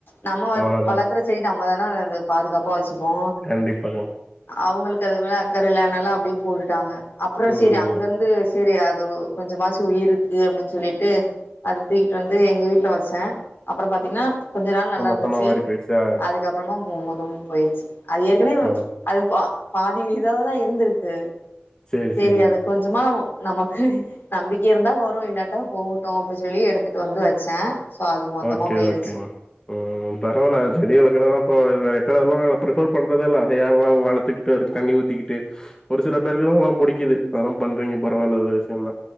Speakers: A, on the left (about 65°); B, on the left (about 20°).
A: நம்
B: அவ்வளவுதான்
A: வளர்க்கற சரிட்டு நம்ம தானே அந்த பாதுகாப்பா வச்சுப்போ
B: கண்டிப்பாக
A: அவங்களுக்கு அது மேல அக்கறல இல்லனாலு அப்படியே போட்டுட்டாங்க அப்புற
B: ம்,
A: சரி அங்க இருந்து சரி அது கொஞ்ச மாரி உயிருக்கு அப்படின்னு சொல்லிட்டு அது தூக்கிட்டு வந்து எங்க வீட்டுல வச்சே அப்றோ பாத்தீங்கன்னா கொஞ்ச நாள் நல்லா
B: ம்.
A: இருந்துச்சு
B: மொத்தமா வாடி போயிடுச்சா
A: அதுக்கு அதுக்கு அப்புறமும் போயிடுச்சு அது ஏற்கனவே
B: வரும்
A: அது பாதி இதாவதா இருந்திருக்கு
B: சரி
A: தெரியாது
B: சரிங்க
A: அது கொஞ்சமா நமக்கு நம்பிக்கை இருந்தா வரும் இல்லாட்டா போகட்டு அப்படின்னு சொல்லி எடுத்துட்டு வந்து வச்சே சோ அது மொத்தமா
B: ஓகே,
A: போயிருச்சு
B: ஓகேங்க. ம் பரவால செடி வளக்றதல்லா இப்போ நறைய பேர் வருவாங்க நா ப்ரிஃபேர் பண்றதே இல்ல அத யார்ல்லா வளத்துக்ட்டு அதுக் தண்ணி ஊத்திக்கிட்டு ஒரு சில பேருக்குதா அதல்லா புடிக்கிது அதல்லா பண்றீங்க பரவால்ல நல்ல விஷ்யந்தா